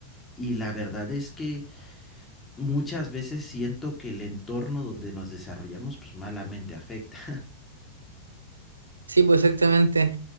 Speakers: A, on the left; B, on the right.
A: y la verdad es que muchas veces siento que el entorno donde nos desarrollamos, pues malamente afecta.
B: Sí, pues exactamente.